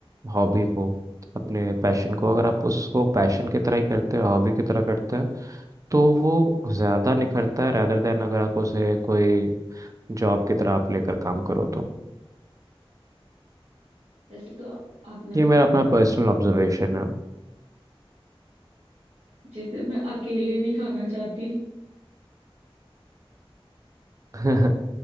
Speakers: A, on the right (about 35°); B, on the right (about 85°).
A: हॉबी को अपने पैशन को अगर आप उसको पैशन की तरह ही करते हैं हॉबी की तरह करते हैं तो वो ज़्यादा निखरता है रैदर देन अगर आप उसे कोई जॉब की तरह आप लेकर काम करो तो
B: वैसे तो अब मैंने
A: ये मेरा अपना पर्सनल ऑब्जर्वेशन है
B: जिसे मैं अकेले नहीं खाना चाहती
A: <laughs>